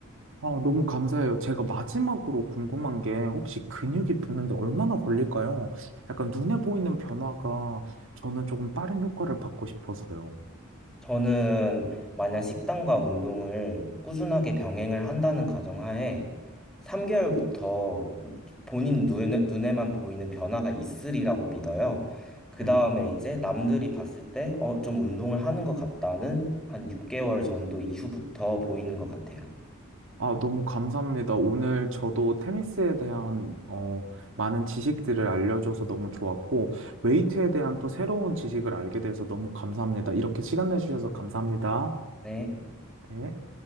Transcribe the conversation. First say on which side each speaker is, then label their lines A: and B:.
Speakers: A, on the right; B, in the centre.
A: 아, 너무 감사해요. 제가 마지막으로 궁금한 게 혹시 근육이 붙는데 얼마나 걸릴까요? 약간 눈에 보이는 변화가 저는 조금 빠른 효과를 받고 싶어서요.
B: 저는 만약 식단과 운동을 꾸준하게 병행을 한다는 가정하에 3개월부터 본인 눈, 눈에만 보이는 변화가 있으리라고 믿어요. 그
A: 네.
B: 다음에 이제 남들이 봤을 때, 어, 좀 운동을 하는 것 같다는 한 6개월 정도 이후부터 보이는 것 같아요.
A: 아, 너무 감사합니다. 오늘 저도 테니스에 대한 어, 많은 지식들을 알려줘서 너무 좋았고, 웨이트에 대한 또 새로운 지식을 알게 돼서 너무 감사합니다. 이렇게 시간 내주셔서 감사합니다.
B: 네.
A: 네.